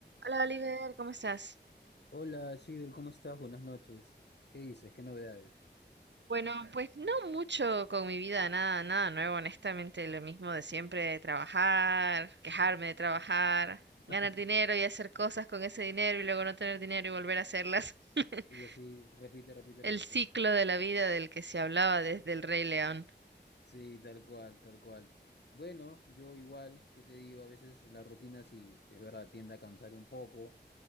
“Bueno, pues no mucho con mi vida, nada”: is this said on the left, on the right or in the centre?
Right